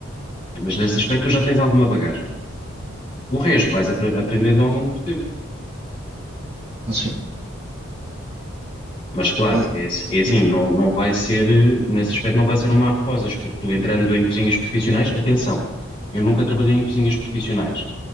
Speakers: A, on the left; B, on the right.
A: Mas nesse aspecto tu já tens alguma bagagem. O resto vais apre- aprendendo ao longo do tempo.
B: assim.
A: Mas claro,
B: Não,
A: é, ass- é assim,
B: hum,
A: não, não vai ser, eh, nesse aspecto não vai ser um mar de rosas, porque tu entrando em cozinhas profissionais, atenção, eu nunca trabalhei em cozinhas profissionais,